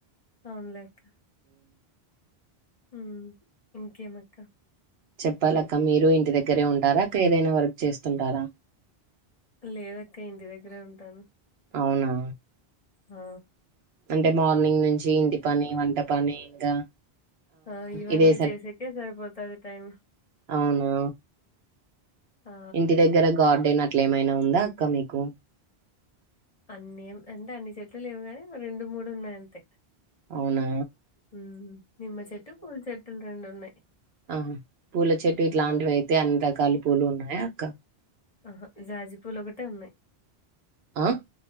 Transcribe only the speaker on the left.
అవున్లేక్కా ఉహ్ ఇంకేమక్క
లేదక్క ఇంటి దగ్గరే ఉంటాను
ఆ
ఆ ఇవన్నీ
చేసేకే సరిపోతది టైం
ఆ
అన్నేం అంటే అన్ని చెట్లు లేవు గాని రెండు మూడు ఉన్నాయంతే
ఉహ్ నిమ్మ చెట్టు పూల్చెట్టులు రెండు ఉన్నాయ్
ఆహా జాజీపూలోకటే ఉన్నాయ్